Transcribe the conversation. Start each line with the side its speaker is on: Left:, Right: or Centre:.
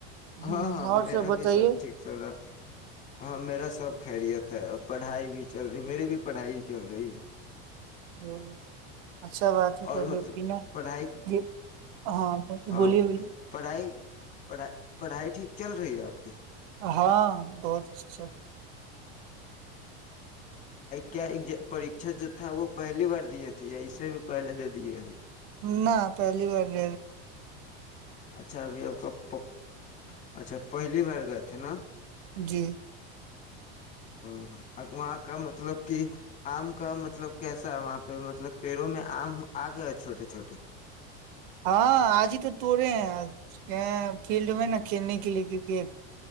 Right: ہ
Left: ہاں ہاں
Right: اور
Left: میرا
Right: بتائیے
Left: بھی سب ٹھیک چل رہا تھا ہاں میرا سب خیریت ہے پڑھائی بھی چل رہی میری بھی پڑھائی چل رہی ہے
Right: ہ اچھا بات ہے کیا
Left: اور مطلب
Right: کہ نا
Left: پڑھائی
Right: یہ ہاں
Left: ہاں
Right: بولیے بلیے
Left: پڑھائی پڑھائی پڑھائی ٹھیک چل رہی ہے آپ کی
Right: ہاں بہت اچھا چل رہ
Left: کیا پریھا جو تھا وہ پہلی بار دیے تھے یا اسے بھی پہلے دے دیے ہو
Right: نہ پہلی بار د
Left: اچھا ابھی آپ کا پ اچھا پہلی بار گئے تھے نا
Right: جی
Left: ا اب وہاں کا مطلب کہ آم کا مطلب کیسا ہے وہاں پہ مطلب پیڑوں میں آم آ گیا چھوٹے چھوٹے
Right: ہاں آج ہی تو توڑے ہیں فیلڈ میں نا کھیلنے کے لیے کرکٹ